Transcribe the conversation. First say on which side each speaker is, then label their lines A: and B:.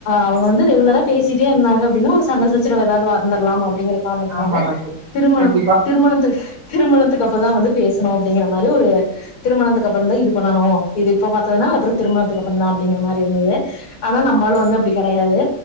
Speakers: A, on the left; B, on the right.
A: அவங்க வந்து ரெகுலரா பேசிட்டே இருந்தாங்க அப்படின்னு ஒரு சண்டசச்சிரவு ஏதாவது வர்ந்துடலாமோ அப்படிங்கற காரணத்துனால
B: ஆமாங்க தோழி
A: திருமணம்
B: கண்டிப்பா
A: திருமணத்து திருமணத்துக்கு அப்பற இப்பதான் வந்து பேசுணோம் அப்டிங்ற மாரி ஒரு திருமணத்துகு அப்பரம் தான் இது பன்னனு இது இப்ப பாத்ததுன அப்பறம் திருமணதுக்கு அப்பறம் தான் அப்புடிங்குற மாறி இருந்தது ஆனா நம்ப ஆளு வந்து அப்படி கிடையாது